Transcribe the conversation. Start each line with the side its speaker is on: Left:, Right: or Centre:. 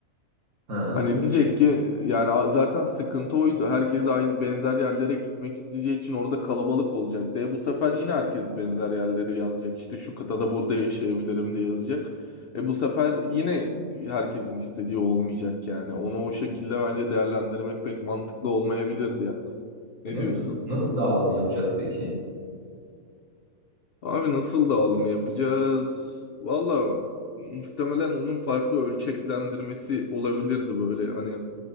Right: ha,
Left: Hani diyecek ki yani a- zaten sıkıntı oydu. Herkes aynı benzer yerlere gitmek isteyeceği için orada kalabalık olacak. E bu sefer yine herkes benzer yerleri yazacak. İşte şu kıtada burada yaşayabilirim diye yazacak. E bu sefer yine herkesin istediği olmayacak yani. Onu o şekilde bence değerlendirmek pek mantıklı olmayabilirdi yani. Ne
Right: E, nasıl
Left: diyorsun?
Right: nasıl dağılımı yapacağız peki?
Left: Abi nasıl dağılımı yapacağız? Valla muhtemelen onun farklı ölçeklendirmesi olabilirdi böyle hani